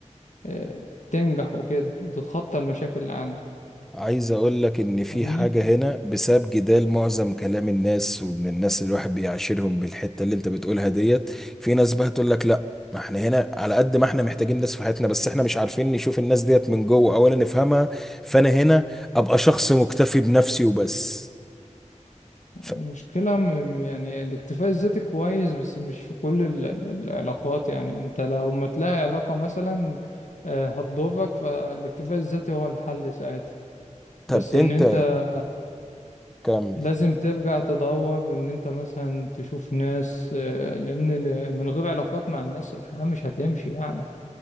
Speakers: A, on the left (about 70°); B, in the centre.
A: آه، تنجح وكده وتتخطى المشاكل اللي عندك
B: عايز اقول لك ان في
A: فاهمني؟
B: حاجة هنا بسبب جدال معظم كلام الناس ومن الناس اللي الواحد بيعاشرهم بالحتة اللي انت بتقولها ديت في ناس بقى تقول لك لا ما احنا هنا على قد ما احنا محتاجين ناس في حياتنا بس احنا مش عارفين نشوف الناس ديت من جوه اولا نفهمها فانا هنا ابقى شخص مكتفي بنفسي وبس ف...
A: المشكلة م- م- يعني الاكتفاء الذاتي كويس بس مش في كل ال- ال- العلاقات يعني انت لو ما تلاقي علاقة مثلا آه، هتضرك فالاكتفاء الذاتي هو الحل ساعتها
B: طب
A: بس
B: انت
A: ان انت
B: كمل
A: لازم ترجع تدور ان انت مثلا تشوف ناس آه، لان من غير علاقات مع الناس الحياة مش هتمشي يعني